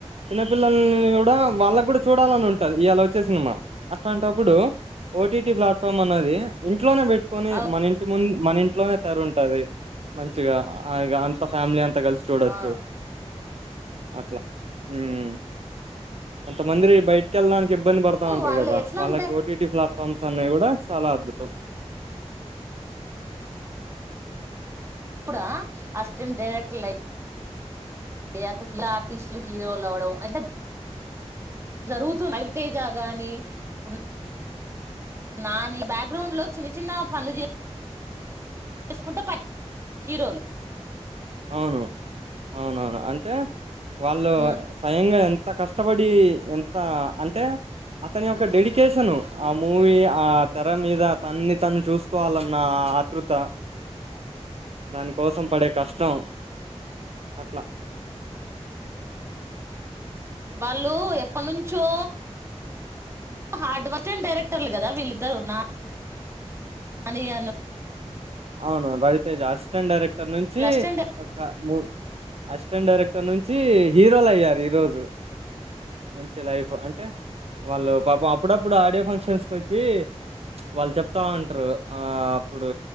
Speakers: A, on the right (about 60°); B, on the right (about 25°).
A: చిన్నపిల్లల్ని కూడా వాళ్ళకి కూడా చూడాలని ఉంటది ఇయ్యాలా వచ్చే సినిమా అట్లాంటప్పుడు ఓటీటీ ప్లాట్ఫామ్ అనేది ఉం ఇంట్లోనే పెట్టుకొని
B: అవు
A: మన ఇంటి ముందు <unintelligible> మన ఇంట్లోనే తరు ఉంటది మం చేయగా ఆ ఇగ అంత ఫ్యామిలీ అంత కలిసి చూడొచ్చు
B: ఆ
A: అట్లా మ్ ఎంత మందిరి బయటికెళ్ళడాని ఇబ్బంది పడతా ఉంటారు
B: వాళ్ళు
A: కదా
B: ఎట్లా
A: వాళ్ళకి
B: అంటే
A: ఓటీటీ ఫ్లాట్ <unintelligible> ఫమ్స్ అన్ని కూడా చాలా అద్భుతం
B: కూడా అస్టెండైరెక్టర్ లై ఫియా ఆర్టిస్టులు ఫియోలవడం అంటే జరుగుతుంది రవితేజ గాని ఇప్పుడు నా నీ బ్యాక్గ్రౌండ్లో చిన్న చిన్న పనులు చే చేసుకుంటే ప <unintelligible> హీరోలు
A: అవును అవునవును అంటే వాళ్ళు
B: ఉమ్
A: స్వయంగా ఎం త కష్టపడి ఎంత అంటే తని యొక్క డెడికేషను ఆ మూవీ ఆ తెర మీద తన్ని తను చూసుకోవాలన్న ఆత్రుత దాని కోసం పడే కష్ త్తం అట్లా
B: వాళ్ళు ఎప్పటినుంచో హార్డ్ వర్క్ అస్టెం డైరెక్టర్లు కదా వీళ్ళిద్దరు నా నానీ అను
A: అవును రవితేజ అస్టెంట్ డైరెక్ట్ ఇక్కడ నుంచి
B: అసిస్టెంట్
A: ఒక <unintelligible> మూ అసిస్టెంట్ డైరెక్టర్ నుంచి హీరోలు అయ్యారు ఈ రోజు మంచి లైఫ్ అంటే వాళ్ళు పాపం అప్పుడప్పుడు ఆడియో ఫంక్షన్స్కి వచ్చి వాళ్ళు చెప్తా వుంటారు ఆ అప్పుడు